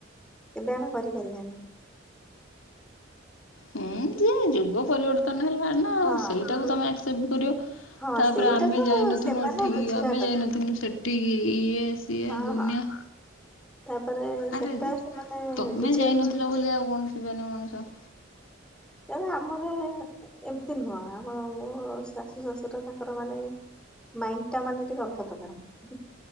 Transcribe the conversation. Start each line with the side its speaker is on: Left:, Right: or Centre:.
Centre: ଏବେ ଆମେ କରିପାରିବାନି।
Left: ହୁଁ ଯେ ଯୁଗ ପରିବର୍ତ୍ତନ ହେଲାଣି ନା ଆଉ
Centre: ହଁ
Left: ସେଇଟାକୁ
Centre: ଯୁଗ
Left: ତମେ ଆକ୍ସେପଟ କରିବ
Centre: ହଁ
Left: ତାପରେ
Centre: ସେଇଟାକୁ
Left: ଆମେ ଯାଇନଥିନୁ
Centre: ସେମାନେ
Left: ଏଠିକି
Centre: ବୁଝିବା
Left: ଆମେ
Centre: କଥା
Left: ଯାଇନଥିନୁ ସେ ଟି ଇଏ ସିଏ
Centre: ହଁ
Left: ଦୁନିଆ
Centre: ହଁ ତାପରେ
Left: ଆରେ
Centre: ସେଟା ସେମାନେ
Left: ତମେ
Centre: ବୁଝିବାକୁ
Left: ଯାଇନଥିଲ
Centre: ବି ପଡିବ
Left: ବୋଲି ଆଉ କଣ ଯିବେନି ମଣିଷ।
Centre: ତାପରେ ଆମର ଏମିତି ନୁହଁ ଆମ ମୋ ଶାଶୁ ଶାଶୁର ତାଙ୍କର ମାନେ ମାଇଣ୍ଡ ଟା ମାନେ ଟିକେ ଅଲଗା ପ୍ରକାର।